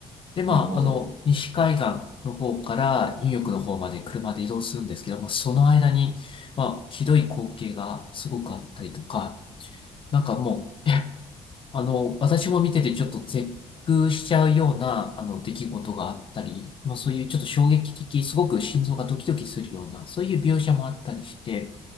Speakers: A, on the left; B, on the right.
A: で、まあ、
B: なるほど。
A: あの、西海岸の方からニューヨークの方まで車で移動するんですけども、その間に、まあ、ひどい光景がすごくあったりとか、なんかもう、あの、私も見ててちょっと絶句しちゃうような、あの、出来事があったり、まあ、そういうちょっと衝撃的、すごく心臓がドキドキするような、そういう描写もあったりして、